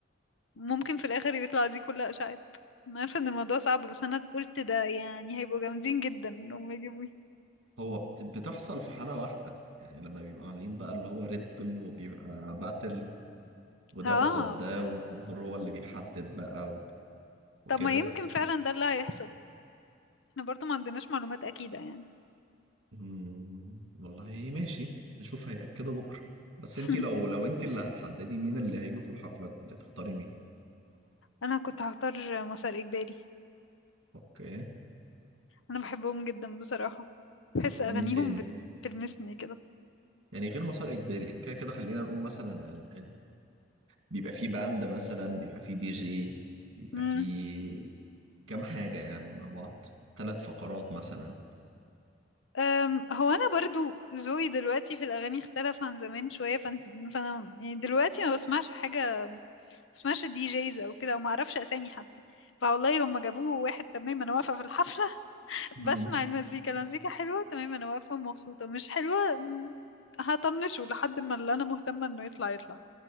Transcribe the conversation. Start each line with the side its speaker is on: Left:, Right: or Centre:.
Left: ممكن في الاخر يطلع دي كل اشاعات انا عارفه ان الموضوع صعب بس انا قلت ده يعني هيبقوا جامدين جدا انهم يجيبوا
Right: هو بت- بتحصل في حاله واحده يعني لما بيبقوا عاملين بقى اللي هو ريد بل وبيبقى باتل وده
Left: اه
Right: قصاد ده والجمهور هو اللي بيحدد بقى و- وكده
Left: طب ما يمكن فعلا ده اللي هيحصل احنا برضو ما عندناش معلومات اكيده يعني
Right: مم، والله ماشي نشوف هيأكدوا بكره بس
Left: <laughs>
Right: انت لو لو انت اللي هتحددي مين اللي هيجوا في الحفله كنت هتختاري مين
Left: انا كنت هختار مسار اجباري
Right: اوكي
Left: انا بحبهم جدا بصراحه بحس
Right: طب ومين
Left: اغانيهم
Right: تاني
Left: بتلمسني
Right: يعني غير مسار اجباري يعني كده كده خلينا نقول مثلا بيبقى فيه باند مثلا بيبقى فيه دي جي بيبقى
Left: كده
Right: فيه كام حاجة يعني مع بعض ثلاث فقرات مثلا
Left: أم، هو انا برضو ذوقي دلوقتي في الاغاني اختلف عن زمان شويه فانت فانا يعني دلوقتي ما بسمعش حاجه ما بسمعش الدي جيز او كده وما اعرفش اسامي حتى فوالله هم جابوه واحد تمام انا واقفه في الحفله <laughs>
Right: مم.
Left: بسمع المزيكا المزيكا حلوه تمام انا واقفه مبسوطه مش حلوه م، هطنشه لحد ما اللي انا مهتمه انه يطلع يطلع